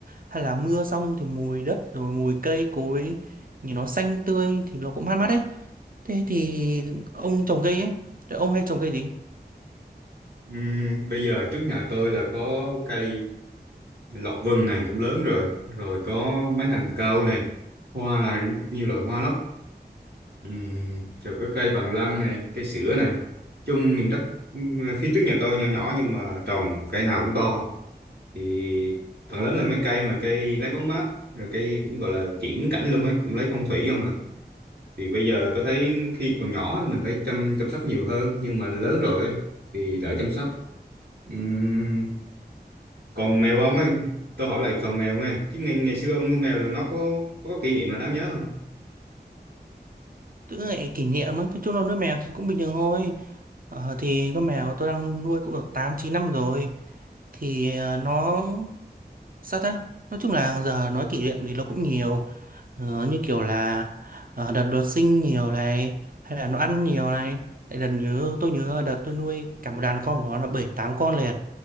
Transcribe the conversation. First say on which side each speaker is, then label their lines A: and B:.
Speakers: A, on the right; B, on the right.
A: hay là mưa xong thì mùi đất rồi mùi cây cối nhìn nó xanh tươi thì nó cũng mát mắt đấy thế thì ông trồng cây ấy thì ông hay trồng cây gì
B: Ừm, bây giờ trước nhà tôi là có cây lộc vừng này cũng lớn rồi rồi có mấy hàng cau này hoa là nhiều loại hoa lắm Ừm, rồi có cây bằng lăng này cây sữa này chung miền đất ừm, phía trước nhà tôi nhỏ nhỏ nhưng mà trồng cây nào cũng to thì phần lớn là mấy cây mà cây lấy bóng mát rồi cây cũng gọi là kiểng cảnh luôn ấy cũng lấy phong thủy không nè thì bây giờ tôi thấy khi còn nhỏ thì mình phải chăm chăm sóc nhiều hơn nhưng mà lớn rồi ấy, thì đỡ chăm sóc Ừm, còn mèo ông ấy tôi hỏi lại phần mèo nghe chứ ngày, ngày xưa ông nuôi mèo là nó có có kỷ niệm nào đáng nhớ không
A: Tớ lại kỷ niệm á, cái chỗ nuôi mèo thì cũng bình thường thôi. Ờ, thì con mèo tôi đang nuôi cũng được tám chín năm rồi. Thì ờ, nó sao ta? Nói chung là giờ nói kỷ niệm thì nó cũng nhiều. Ờ, như kiểu là ờ, đợt đột sinh nhiều này, hay là nó ăn nhiều này. Tại đợt nhớ tôi nhớ đợt tôi nuôi cả một đàn con của nó là bảy tám con liền.